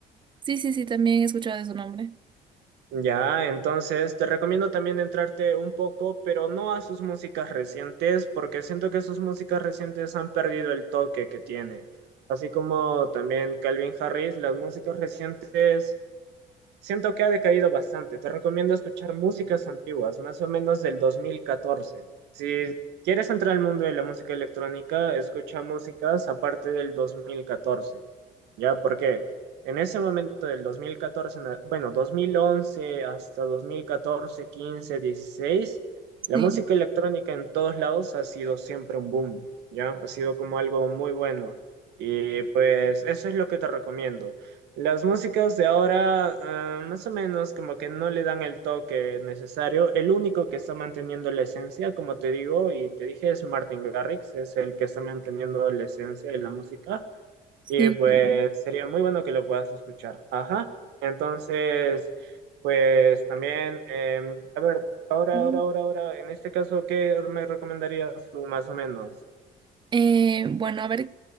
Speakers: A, on the right; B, on the right.
A: Sí, sí, sí, también he escuchado de su nombre.
B: Ya, entonces te recomiendo también entrarte un poco, pero no a sus músicas recientes, porque siento que sus músicas recientes han perdido el toque que tiene. Así como también Calvin Harris, las músicas recientes Siento que ha decaído bastante. Te recomiendo escuchar músicas antiguas, más o menos del 2014. Si quieres entrar al mundo de la música electrónica, escucha músicas aparte del dos mil catorce, ¿Ya? Porque en ese momento del 2014, en la- bueno, 2011 hasta 2014, 15, 16, la
A: Sí,
B: música electrónica en todos lados ha sido siempre un boom. ¿Ya? Ha sido como algo muy bueno. Y pues eso es lo que te recomiendo. Las músicas de ahora, ah, más o menos, como que no le dan el toque necesario. El único que está manteniendo la esencia, como te digo y te dije, es Martin Garrix, es el que está manteniendo la esencia de la música.
A: sí,
B: Y pues
A: claro.
B: sería muy bueno que lo puedas escuchar. Ajá. Entonces, pues también, em, a ver, ahora,
A: Sí.
B: ahora, ahora, ahora, en este caso, ¿qué me recomendarías tú más o menos?
A: Eh, bueno, a ver,